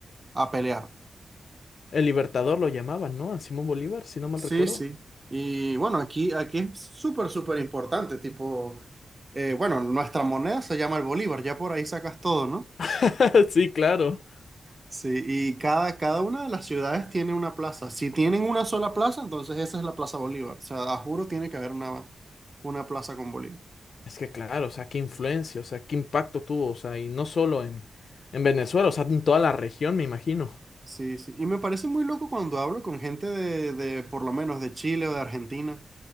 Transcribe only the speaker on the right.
a pelear.
Sí,
sí. Y bueno, aquí, aquí es súper, súper importante, tipo, eh, bueno, nuestra moneda se llama el bolívar, ya por ahí sacas todo, ¿no?
Sí, y cada, cada una de las ciudades tiene una plaza. Si tienen una sola plaza, entonces esa es la Plaza Bolívar. O sea, a juro tiene que haber una, una plaza con Bolívar.
Sí, sí. Y me parece muy loco cuando hablo con gente de, de, por lo menos, de Chile o de Argentina.